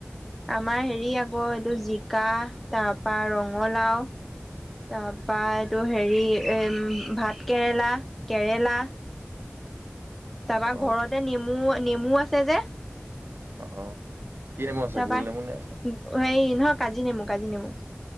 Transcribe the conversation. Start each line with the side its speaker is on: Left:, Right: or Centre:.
Centre: আমাৰ হেৰি আকৌ এইটো জিকা তাৰপা ৰঙালাওঁ, তাৰপা এইটো হেৰি এম ভাত কেৰেলা, কেৰেলা। তাৰপা
Right: অ
Centre: ঘৰতে নেমু নেমু আছে যে
Right: অ', অ', কি নেমু আছে
Centre: তাৰপাই
Right: গোল নেমু নে
Centre: হেৰি নহক কাজি নেমু কাজি নেমু।